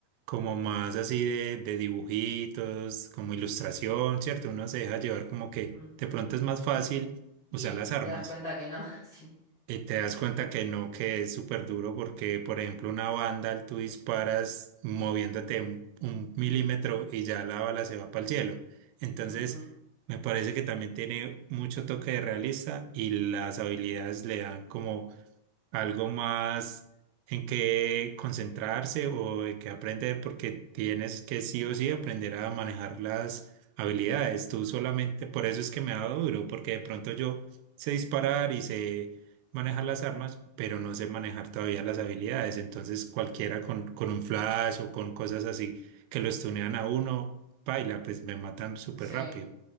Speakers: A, on the right; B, on the left.
A: como más así de, de dibujitos, como ilustración, ¿cierto? Uno se deja llevar como que
B: mm.
A: de pronto es más fácil usar
B: Y
A: las armas.
B: te das cuenta que no, <laughs> sí.
A: Y te das cuenta que no, que es súper duro porque, por ejemplo, una banda, tú disparas moviéndote un, un milímetro y ya la bala se va para el cielo. Entonces,
B: ujú,
A: me parece que también tiene mucho toque de realista y las habilidades le dan como algo más en qué concentrarse o en qué aprender, porque tienes que sí o sí aprender a manejar las habilidades. Tú solamente, por eso es que me ha dado duro, porque de pronto yo sé disparar y sé manejar las armas, pero no sé manejar todavía las habilidades. Entonces cualquiera con, con un flash o con cosas así que lo stunean a uno, baila, pues me matan súper
B: sí.
A: rápido.